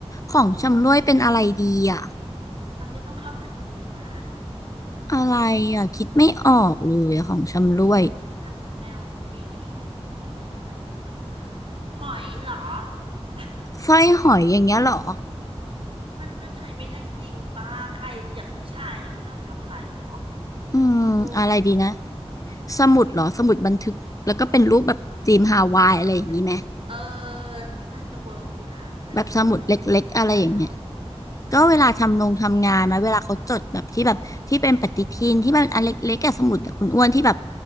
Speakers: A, on the left (about 30°); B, on the right (about 55°).
A: ของชำร่วยเป็นอะไรดีอ่ะ
B: มันจะต้องเข้ากับทีมนะ
A: อะไรอ่ะคิดไม่ออกเลยอะของชำร่วย
B: เป็นเป็นอะไรที่แบบแนวบีชอเป็นอะไรได้บ้างนะหอยเหรอ <laughs>
A: สร้อยหอยอย่างเงี้ยเหรอ
B: มันก็ใช้ไม่ได้จริงป่ะใครอย่างผู้ชายอย่างเขาจะเอาไปทำอะไรเนาะ
A: อืมอะไรดีนะ
B: โอ้
A: สมุดเหรอสมุดบันทึกแล้วก็เป็นรูปแบบธีมฮาวายอะไรอย่างนี้ไหม
B: เป็นเออน่าจะเวิร์กอยู่นะ แต่เดี๋ยวนี้สมัยนี้ใครเขาใช้เหรอ
A: แบบสมุดเล็กๆอะไรอย่างเงี้ย ก็เวลาทำนงทำงานมาเวลาเขาจดแบบที่แบบที่เป็นปฏิทินที่มันอันเล็กๆอะสมุดอะคุณอ้วนที่แบบ